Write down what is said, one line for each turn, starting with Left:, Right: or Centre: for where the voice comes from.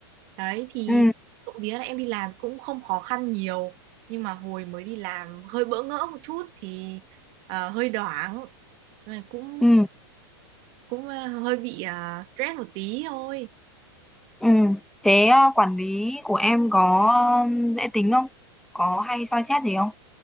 Right: đấy thì
Centre: ừ
Right: trộm vía là em đi làm cũng không khó khăn nhiều nhưng mà hồi mới đi làm hơi bỡ ngỡ một chút thì ờ, hơi đoảng Nhưng mà cũng
Centre: ừ
Right: cũng ờ, hơi bị ờ, stress một tí thôi
Centre: ừ thế à, quản lý của em có ờ, dễ tính không có hay soi xét gì không